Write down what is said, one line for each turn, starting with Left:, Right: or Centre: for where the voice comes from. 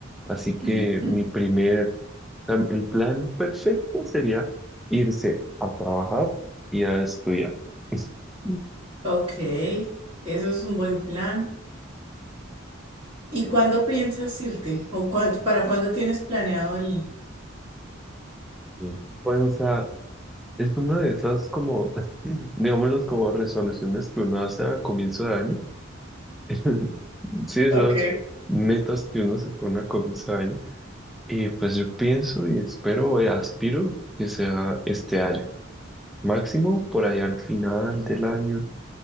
Centre: Así que
Right: <laughs> Ujú.
Centre: mi primer, am- el plan perfecto sería irse a trabajar y a estudiar. <laughs>
Right: Ok, eso es un buen plan. ¿Y cuándo piensas irte? ¿O cuándo- para cuándo tienes planeado el...
Centre: Sí. Pues, o sea, es una de esas como, <clears throat> <laughs> digámoslo, como resoluciones que uno hace a comienzo de año. <laughs> Sí, esas
Right: Ok.
Centre: metas que uno se pone a comienzo de año. Y pues yo pienso y espero y aspiro que sea este año. Máximo por ahí al final del año,